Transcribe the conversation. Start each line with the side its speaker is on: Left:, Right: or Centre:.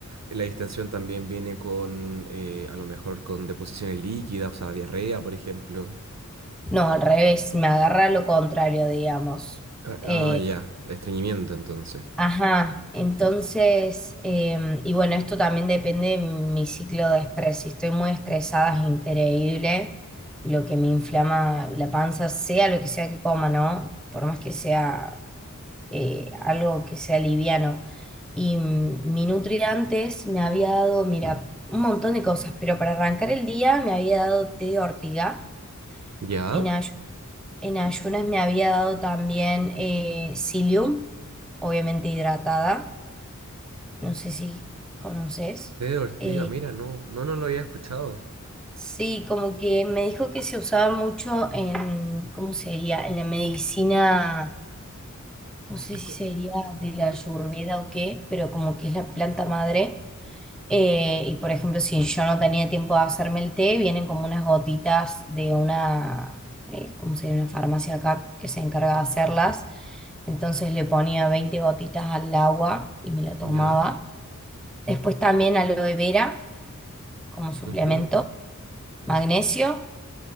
Right: La distensión también viene con, eh, a lo mejor, con deposiciones líquidas, o sea, diarrea, por ejemplo.
Centre: No, al revés, me agarra lo contrario, digamos.
Right: Ah,
Centre: Eh,
Right: ah, ya, estreñimiento entonces.
Centre: ajá, entonces, eh, y bueno, esto también depende de mi ciclo de estrés. Si estoy muy estresada, es increíble lo que me inflama la panza, sea lo que sea que coma, ¿no? Por más que sea eh, algo que sea liviano. Y mm, mi Nutri antes me había dado, mira, un montón de cosas, pero para arrancar el día me había dado té de ortiga
Right: ¿Ya?
Centre: en ayunas En ayunas me había dado también eh, psyllium, obviamente hidratada. No sé si conoces.
Right: Té de ortiga,
Centre: Eh,
Right: mira, no, no, no lo había escuchado.
Centre: sí, como que me dijo que se usaba mucho en, ¿cómo sería? En la medicina, no sé si
Right: Co-
Centre: sería de la
Right: co-
Centre: ayurveda o qué, pero como que es la planta madre. Eh, y por ejemplo, si yo no tenía tiempo de hacerme el té, vienen como unas gotitas de una, eh, ¿cómo se Una farmacia acá que se encarga de hacerlas. Entonces le ponía 20 gotitas al agua y me lo tomaba.
Right: ¿Ya?
Centre: Después también aloe vera como suplemento,
Right: Ujú,
Centre: magnesio.